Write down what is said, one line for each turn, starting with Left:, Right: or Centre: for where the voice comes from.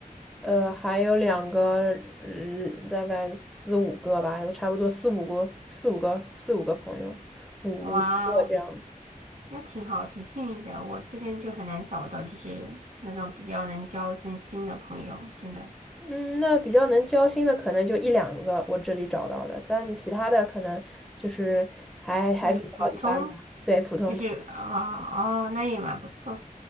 Centre: 呃，还有两个，嗯，大概四五个吧，有差不多四五个、四五个、四五个朋友，五五六个这样。
Right: 哇哦那挺好，挺幸运的。我这边就很难找到，就是那种比较能交真心的朋友，真的
Centre: 嗯，那比较能交心的可能就一两个，我这里找到的，但其他的可能就是还还比较一般吧，
Right: 就是普通，
Centre: 对，普通朋友。
Right: 就是啊哦，那也蛮不错。